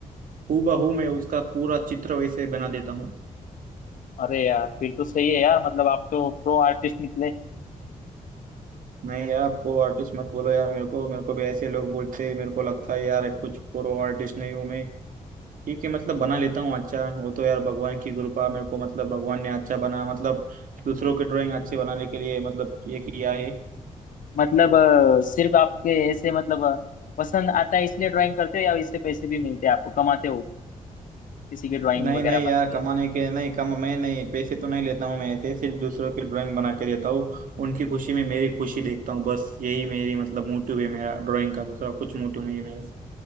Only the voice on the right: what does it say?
हूबहू मैं उसका पूरा चित्र वैसे बना देता हूँ
नहीं यार वो आर्टिस्ट मत बोलो यार मेरे को मेरे को भी ऐसे लोग बोलते हैं मेरे को लगता है यार कुछ प्रो आर्टिस्ट नहीं हूँ मैं ठीक है मतलब बना लेता हूँ अच्छा वो तो यार भगवान की कृपा मेरे को मतलब भगवान ने अच्छा बना मतलब दूसरों के ड्राइंग अच्छे बनाने के लिए मतलब ये किया है
नहीं
नहीं
यार कमाने
के नहीं कम मैं नहीं पैसे तो नहीं लेता हूँ मैं ऐसे सिर्फ दूसरों की ड्राइंग बना के देता हूँ उनकी खुशी में मेरी खुशी देखता हूँ बस यही मेरी मतलब मोटिव है मेरा ड्राइंग का दूसरा कुछ मोटिव नहीं है मेरा